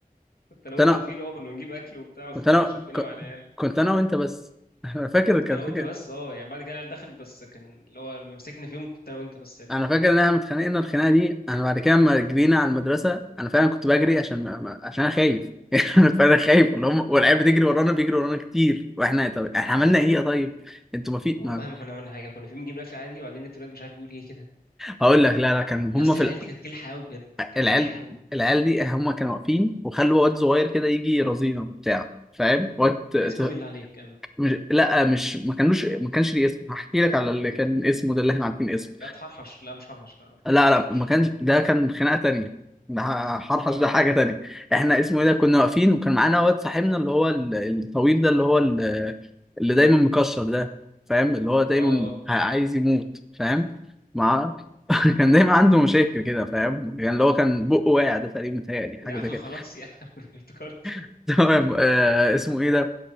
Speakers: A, on the left; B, in the centre.
A: كنت انا
B: كنت
A: وانت
B: انا
A: واقفين اه كنا بنجيب اكل وبتاع وخنا-
B: كنت انا
A: شدنا
B: ك-
A: مع العيال
B: كنت انا وانت بس <laughs> انا فاكر كان
A: انا
B: فاكر
A: وانت بس اه يعني بعد كده العيال دخلت بس كان اللي هو لما مسكنا فيهم كنت انا وانت بس ساعتها
B: انا فاكر ان احنا اتخانقنا الخناقه دي انا بعد كده لما جرينا على المدرسه انا فعلا كنت بجري عشان ما... ما- عشان انا خايف <laughs> انا فعلا خايف اللي هم والعيال بتجري ورانا بيجري ورانا كتير واحنا طب احنا عملنا ايه يا طيب انتوا ما في
A: والله
B: ما...
A: ما كنا عملنا حاجه كنا فيهم بنجيب الاكل عادي وبعدين التولاد مش عارف يقول ايه كده
B: هقول لك لا لا كان
A: يا
B: هم
A: اسطى
B: في
A: العيال
B: ال...
A: دي كانت كلحه قوي بجد كانت
B: العيال
A: كلحه قوي
B: العيال دي هم كانوا واقفين وخلوا واد صغير كده يجي يرازينا وبتاع فاهم واد ت...
A: كان
B: ت...
A: اسمه ايه بالله عليك كان
B: مش... لا مش ما كانوش ما كانش ليه اسم هحكي لك على اللي كان اسمه ده اللي احنا عارفين اسمه
A: يا حرحش لا مش حرحش لا واحد تاني
B: لا لا
A: مش
B: ما كانش ده كان خناقة تانية ده
A: <laughs>
B: حرحش
A: اه
B: ده حاجة تانية احنا اسمه ايه ده كنا واقفين وكان معانا واد صاحبنا اللي هو ال- الطويل ده اللي هو ال- اللي دايما مكشر ده فاهم اللي هو دايما
A: اه
B: ه- عايز يموت فاهم مع <laughs> كان دايما عنده مشاكل كده فاهم يعني اللي هو كان بقه واقع ده تقريبا متهيألي حاجة
A: يا عم
B: زي كده
A: خلاص يا عم <laughs> افتكرته
B: <laughs> تمام آه اسمه ايه ده